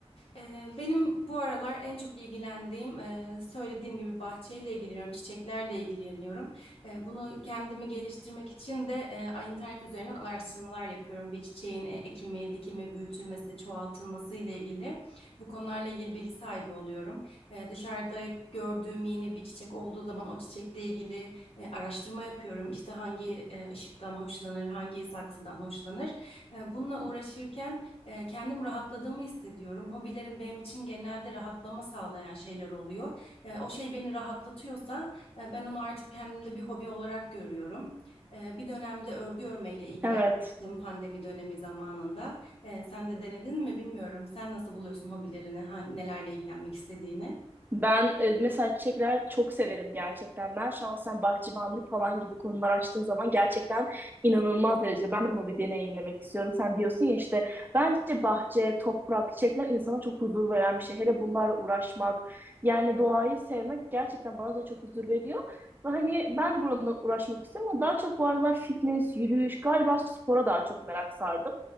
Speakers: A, on the left; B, on the right.
A: Ee, Benim bu aralar en çok ilgilendiğim, e, söylediğim gibi bahçeyle ilgileniyorum, çiçeklerle ilgileniyorum. E, Bunu kendimi geliştirmek için de e, a- internet üzerinden araştırmalar yapıyorum. Bir çiçeğin e, ekimi, dikimi, büyütülmesi, çoğaltılması ile ilgili bu konularla ilgili bilgi sahibi oluyorum. E, Dışarıda gördüğüm yeni bir çiçek olduğu zaman o çiçekle ilgili e, araştırma yapıyorum. İşte hangi e, ışıktan hoşlanır, hangi saksıdan hoşlanır. E, Bununla uğraşırken e, kendim rahatladığımı hissediyorum. Hobilerim benim için genelde rahatlama sağlayan şeyler oluyor. E, o şey beni rahatlatıyorsa e, ben onu artık kendimde bir hobi olarak görüyorum. E, bir dönemde örgü örmeyle ilgilenmiştim
B: Evet.
A: pandemi dönemi zamanında. E, sen de denedin mi bilmiyorum. Sen nasıl buluyorsun hobilerini, hangi, nelerle ilgilenmek istediğini?
B: Ben e, mesela çiçekler çok severim gerçekten. Ben şahsen bahçıvanlık falan gibi konular açtığın zaman gerçekten inanılmaz derecede ben de bunu bir deneyimlemek istiyorum. Sen diyorsun ya işte bence bahçe, toprak, çiçekler insana çok huzur veren bir şey. Hele bunlarla uğraşmak yani doğayı sevmek gerçekten bana da çok huzur veriyor. Ve hani ben de bununla uğraşmak istiyorum ama daha çok bu aralar fitness, yürüyüş, galiba spora daha çok merak sardım.